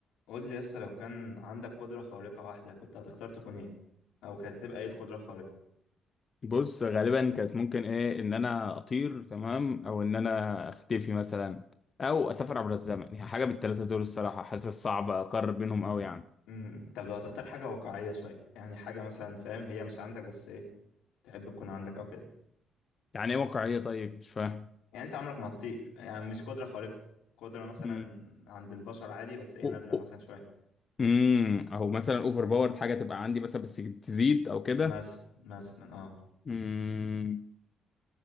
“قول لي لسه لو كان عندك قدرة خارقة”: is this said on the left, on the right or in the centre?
Left